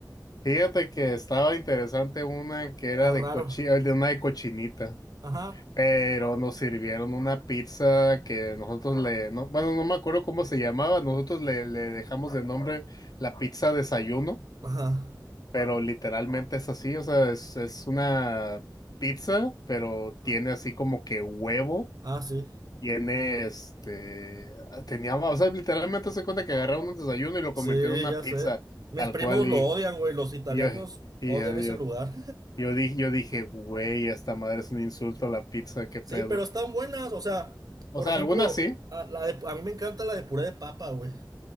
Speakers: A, on the left; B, on the right.
A: Fíjate que estaba interesante una que era
B: Ah,
A: de
B: raro.
A: cochi- eh, de una de cochinita,
B: Ajá.
A: pero nos sirvieron una pizza que nosotros le, no, bueno, no me acuerdo cómo se llamaba, nosotros le, le dejamos de nombre la pizza desayuno,
B: Ajá.
A: pero literalmente es así, o sea, es, es una pizza, pero
B: Ah,
A: tiene así como que huevo,
B: ah, sí.
A: tiene este, ah, tenía, o sea, literalmente se cuenta que agarraron un desayuno y lo
B: Sí,
A: convirtieron en una
B: ya
A: pizza,
B: sé. Mis
A: tal
B: primos
A: cual, y,
B: lo odian, güey. Los italianos
A: y yo- y
B: odian
A: yo-
B: ese
A: yo,
B: lugar.
A: Yo dije, yo dije, güey, esta madre es un insulto a la pizza, qué pedo.
B: Sí, pero están buenas. O sea,
A: O
B: por
A: sea,
B: ejemplo,
A: algunas sí.
B: a, la de- a mí me encanta la de puré de papa, güey.